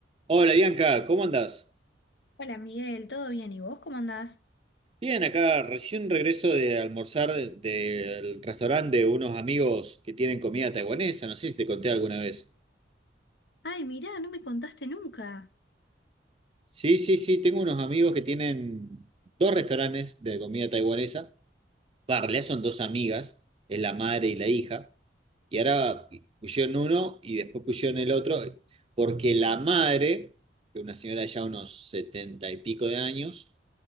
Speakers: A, on the right; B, on the left.
A: Hola Bianca, ¿cómo andás?
B: Hola Miguel, ¿todo bien? ¿Y vos cómo andás?
A: Bien, acá recién regreso de almorzar de- del restaurante de unos amigos que tienen comida taiwanesa, no sé si te conté alguna vez.
B: Ay, mirá, no me contaste nunca.
A: Sí, sí, sí, tengo unos amigos que tienen dos restaurantes de comida taiwanesa va, en realidad son dos amigas, es la madre y la hija, y ahora pusieron uno y después pusieron el otro, porque la madre, que es una señora ya unos setenta y pico de años,